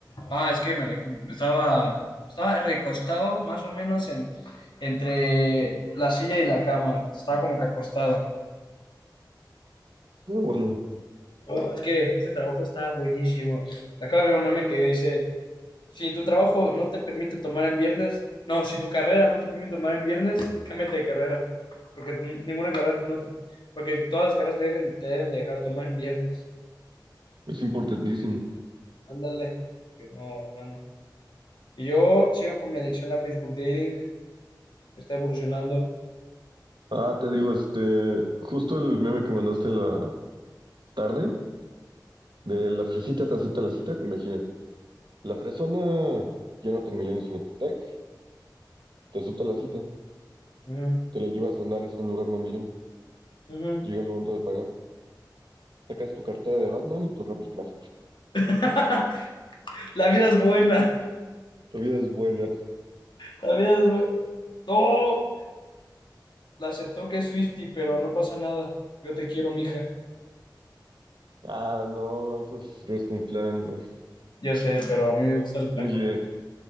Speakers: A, on the left; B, on the right.
A: Ah, es que me alejé. Estaba, estaba recostado más o menos en, entre la silla y la cama. Estaba como que acostado.
B: Ah, bueno.
A: Oh, es que este trabajo está buenísimo. Acabo de ver un meme que dice, si tu trabajo no te permite tomar en viernes, no, si tu carrera no te permite tomar en viernes, cámbiate de carrera. Porque n- ninguna carrera no te, porque todas las carreras te, dejen- te deben dejar tomar en viernes.
B: Es importantísimo.
A: Ándale. Que no, hermano. Y yo sigo con mi adicción a Facebook Dating, está evolucionando.
B: Ah, te digo, este, justo el meme que mandaste en la tarde, de la fresita te acepta la cita, imagina. La fresona, ya no Tecmilenio, sino Tec, te acepta la cita,
A: Ujú,
B: te la llevas a Andares a un lugar mamilón,
A: ujú.
B: llega lo momento de pagar, sacas tu cartera de Batman y tu RappiCard.
A: <laughs> La vida es buena,
B: La vida es buena.
A: la vida es buena. No, la aceptó que es Swiftie, pero no pasa nada. Yo te quiero, mija.
B: Ah, no, eso es Dress con Flan, bro.
A: Yo sé, pero a mí me gusta el blanco.
B: Huye,